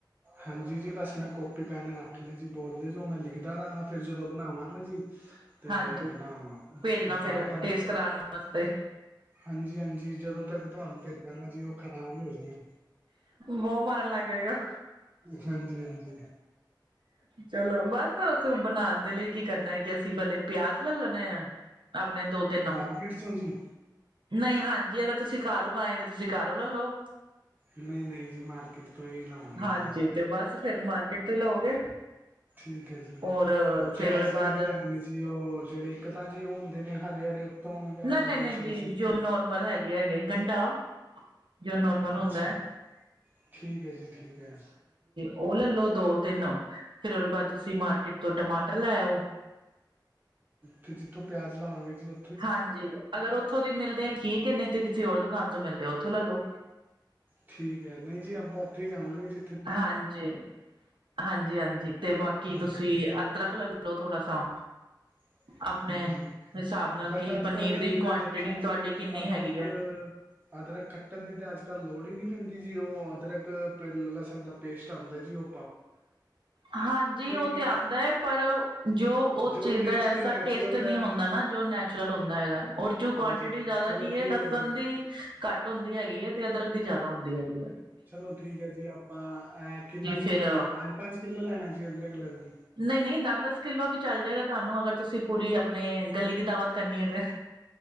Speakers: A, on the right; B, on the right.
A: ਹਾਂਜੀ ਜੀ ਬਸ ਮੈਂ ਕੋਪੀ ਪੈਨ ਰੱਖ ਲਯਾ ਜੀ, ਬੋਲਦੇ ਜਾਓ ਮੈਂ ਲਿਖ ਲਿਖਦਾ ਰਾਂਗਾ, ਫੇਰ ਜਦੋਂ ਬਨਾਵਾਂਗਾ ਜੀ ਤੇ
B: ਹਾਂਜੀ,
A: ਆਪਣਾ
B: ਪੇਜਨਾ
A: ਉਹ
B: ਫੇਰ
A: ਪੜ੍ਹ ਪੜ੍ਹ
B: ਟੇਸਟ
A: ਕੇ
B: ਕਰਾਨ ਵਾਸਤੇ
A: ਹਾਂਜੀ, ਹਾਂਜੀ, ਜਦੋਂ ਤੱਕ ਤੋਆਨੂੰ ਪੇਜਾਂਗਾ ਜੀ, ਓ ਖ਼ਰਾਬ ਈ ਹੋ ਜਾਨੈ।
B: ਬੋ ਮਾਰਨ ਲੱਗ ਜਏਗਾ।
A: ਹਾਂਜੀ, ਹਾਂਜੀ।
B: ਚਲੋ, ਬਸ ਉਸ ਬਨਾਨ ਦੇ ਲਈ ਕੀ ਕਰਨਾ ਏ ਕਿ ਅਸੀਂ ਪੈਲੇ ਪੇਯਾਜ ਲੱਲ ਲੇਨੇ ਆ, ਆਪਨੇ ਦੋ-ਤਿੰਨ
A: ਮਾਰਕੀਟ ਚੋਂ ਜੀ
B: ਨਈ, ਹਾਂਜੀ ਅਗਰ ਤੁਸੀ ਕਾਰ ਉਗਾਏ ਐ, ਤੇ ਤੁਸੀ ਕਾਰੋ ਲੱਲੋ।
A: ਨਈ, ਨਈਂ ਜੀ, ਮਾਰਕੀਟ ਤੋ ਈ ਲਵਾਂਗੇ
B: ਹਾਂਜੀ
A: ਜੀ।
B: ਤੇ ਬਸ ਫੇਰ ਮਾਰਕੀਟ ਤੋਂ ਈ ਲਓਗੇ।
A: ਠੀਕ ਏ ਜੀ,
B: ਔਰ
A: ਓ ਪੇਯਾਜ
B: ਫੇਰ ਉਹਦੇ ਬਾਅਦ
A: ਕੇੜੇ ਲੈਨੇ ਨੇ ਜੀ? ਜੀ ਓ ਜੇੜੇ ਇੱਕ ਤਾਂ ਜੀ ਓ ਹੁੰਦੇ ਨੇ ਹਰੇ-ਹਰੇ ਤੋਂ ਯਾ
B: ਨਹੀਂ ਨਹੀਂ
A: ਦੂਸਰੇ
B: ਨਹੀਂ ਜੀ
A: ਸਿੰਪਲ,
B: ਜੋ ਨੋਰਮਲ ਹੈਗੇ ਹੈਗੇ ਗੰਢਾ ਜੋ ਨੋਰਮਲ ਹੁੰਦਾ
A: ਅੱਛਾ।
B: ਹੈ
A: ਠੀਕ ਐ ਜੀ, ਠੀਕ ਐ।
B: ਓ ਲੱਲੋ ਦੋ-ਤੇਨ, ਫੇਰ ਓਦੇ ਬਾਦ ਤੁਸੀ ਮਾਰਕੀਟ ਤੋਂ ਟਮਾਟਰ ਲੈਓ।
A: ਤੇ ਜਿੱਥੋਂ ਪਯਾਜ ਲਵਾਂਗੇ ਜੀ ਓ
B: ਹਾਂਜੀ, ਅਗਰ ਓਥੋਂ ਦੀ ਮਿਲਦੇ ਐਂ, ਠੀਕ ਏ ਨਈ, ਤੇ ਕਿਸੇ ਹੋਰ ਦੁਕਾਨ ਤੋਂ ਮਿਲਦੇ ਓਥੋ ਲੱਲੋ।
A: ਠੀਕ ਐ, ਨਈ ਜੀ ਆਪਾਂ ਓਥੇ ਈ ਜਾਵਾਂਗੇ ਜੀ।
B: ਹਾਂਜੀ, ਹਾਂਜੀ-ਹਾਂਜੀ, ਤੇ ਬਾਕੀ
A: ਹਾਂਜੀ
B: ਤੁਸੀ
A: ਹਾਂਜੀ
B: ਅਦਰਕ ਲੱਲ ਲੱਲੋ ਥੋੜਾ ਸਾ
A: <inaudible>
B: ਆਪਣੇ
A: ਹਾਂਜੀ,
B: ਹਿਸਾਬ ਨਾਲ
A: ਬਟ
B: ਕਿ
A: ਆੱਜ-ਕਾੱਲ
B: ਪਨੀਰ
A: ਦਾ
B: ਦੀ
A: ਜੀ
B: ਕੁਆਂਟਿਟੀ
A: ਮੈਂ ਦੇਖਯਾ
B: ਤੁਹਾਡੇ
A: ਜੀ
B: ਕਿੰਨੀ
A: ਅਦਰਕ
B: ਹੈਗੀ ਹੈ
A: ਅਦਰਕ ਕੱਟਨ ਦੀ ਤੇ ਅੱਜ-ਕੱਲ ਲੋੜ ਈ ਪੈਂਦੀ ਜੀ, ਓ ਅਦਰਕ ਪੇ ਲਸਨ ਦਾ ਪੇਸਟ ਆਂਦੈ ਜੀ ਓ
B: ਹਾਂਜੀ, ਓ
A: ਕਿ
B: ਤੇ ਆਂਦਾਏ, ਪਰ ਜੋ ਓ
A: ਜੋ
B: ਚੀਜ਼
A: ਟੇਸਟ
B: ਦਾ ਐਸਾ
A: ਨੈਚੁਰਲ
B: ਟੇਸਟ
A: ਦਾ
B: ਨੀ ਹੁੰਦਾ
A: ਹੈ ਉਹ
B: ਨਾ, ਜੋ ਨੈਚੁਰਲ ਹੁੰਦਾ ਹੈਗਾ ਏ ਓਰ ਜੋ
A: ਹਾਂਜੀ
B: ਕੋਆਂਟਿਟੀ
A: ਹਾਂਜੀ
B: ਜਾਦਾ
A: ਚਲੋ
B: ਕੀ
A: ਠੀਕ
B: ਏ ਲਸਨ
A: ਹੈ ਜੀ
B: ਦੀ ਘੱਟ ਹੁੰਦੀ ਹੈਗੀ ਏ, ਤੇ ਅਦਰਕ ਦੀ ਜਾਦਾ ਹੁੰਦੀ ਹੈਗੀ ਏ।
A: ਚਲੋ ਠੀਕ ਐ ਜੀ, ਆਪਾਂ ਐ ਕਿੰਨਾ ਜੀ
B: ਫੇਰ
A: ਪੰਜ-ਪੰਜ ਕਿੱਲੋ ਲੈਨੈ ਜੀ ਅਦਰਕ, ਲਸਣ?
B: ਨਈ-ਨਈ, ਦੱਸ-ਦੱਸ ਕਿੱਲੋ ਵੀ ਚੱਲ ਜੇਗਾ ਤੁਆਨੂੰ, ਅਗਰ ਤੁਸੀ ਪੂਰੀ ਆਪਨੀ ਗਲੀ ਦੀ ਦਾਵਤ ਕਰਨੀ ਏ ਤੇ।